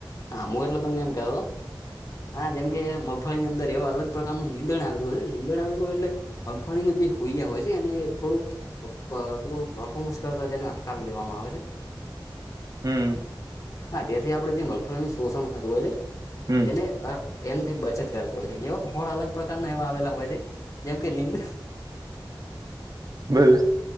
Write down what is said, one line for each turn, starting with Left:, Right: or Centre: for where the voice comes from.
Left: હા હું તમને એમ કે હા જેમ કે મ ફલી અંદર એવા અલગ પ્રકારનું નીંધણ આવલું હોય હે નિંદણ આવેલું હોય એટલે મગફળીનું જે હોઈયા હોય છે એને એ થોડુંક પેલું પરફોર્મન્સ કરતા તેને અટકાવી લેવામાં આવે છે.
Right: હમ્મ
Left: હા તેથી આપડે જે મગફળીનું શોષણ થતું હોય છે
Right: હમ
Left: તેને એમથી બચત કરત હોય છે જેવા ખોડ અલગ પ્રકારના એવા આવેલા હોય છે. જેમ કે નિંદ
Right: બોલ